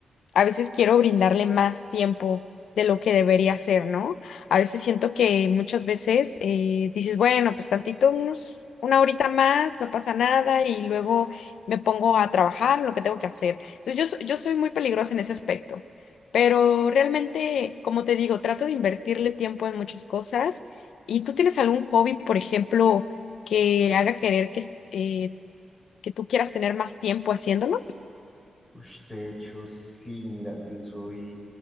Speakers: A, on the left; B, in the centre.
A: a veces quiero brindarle más tiempo de lo que debería ser, ¿no? A veces siento que muchas veces eh, dices, bueno, pues tantito, unos, una horita más, no pasa nada, y luego me pongo a trabajar en lo que tengo que hacer. Entonces yo, so- yo soy muy peligrosa en ese aspecto, pero realmente, como te digo, trato de invertirle tiempo en muchas cosas. ¿Y tú tienes algún hobby, por ejemplo, que haga querer que, eh, que tú quieras tener más tiempo haciéndolo?
B: Ush, de hecho, sí, mira, yo soy,